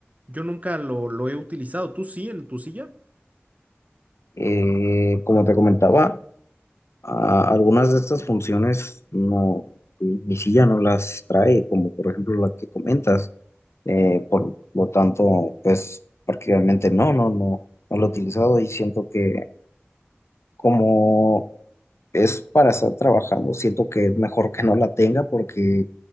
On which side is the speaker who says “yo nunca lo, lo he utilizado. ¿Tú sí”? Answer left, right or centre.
Right